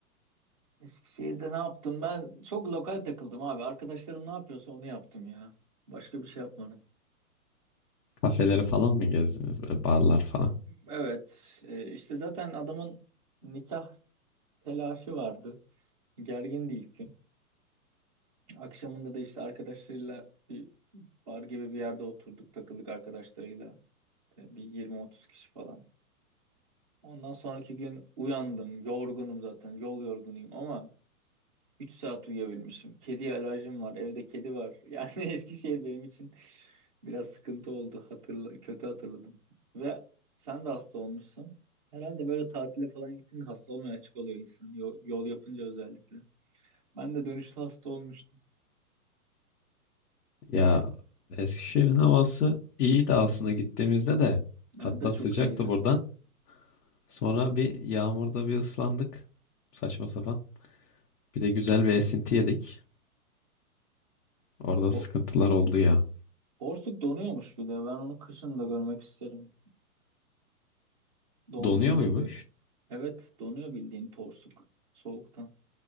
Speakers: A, on the right; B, on the left.
A: Eskişehir'de ne yaptım? Ben çok lokal takıldım abi. Arkadaşlarım ne yapıyorsa onu yaptım ya. Başka bir şey yapmadım.
B: Kafeleri falan mı gezdiniz böyle barlar falan?
A: Evet. e, işte zaten adamın nikah telaşı vardı. Gergindi ilk gün. Akşamında da işte arkadaşlarıyla bir bar gibi bir yerde oturduk. Takıldık arkadaşlarıyla. E, Bir 20-30 kişi falan. Ondan sonraki gün uyandım. Yorgunum zaten. Yol yorgunuyum ama 3 saat uyuyabilmişim. Kediye alerjim var. Evde kedi var. Yani <laughs> Eskişehir benim için biraz sıkıntı oldu. Hatırla, kötü hatırladım. Ve sen de hasta olmuşsun. Herhalde böyle tatile falan gittiğinde hasta olmaya açık oluyor insan. Yol, yol yapınca özellikle. Ben de dönüşte hasta olmuştum.
B: Ya Eskişehir'in havası iyiydi aslında gittiğimizde de.
A: Ben
B: Hatta
A: de çok
B: sıcaktı
A: iyiydi.
B: buradan. Sonra bir yağmurda bir ıslandık. Saçma sapan. Bir de güzel bir esinti yedik. Orada
A: O,
B: sıkıntılar oldu ya.
A: Porsuk donuyormuş bir de. Ben onu kışın da görmek isterim. Donduğunda
B: Donuyor muymuş?
A: böyle. Evet donuyor bildiğin porsuk. Soğuktan.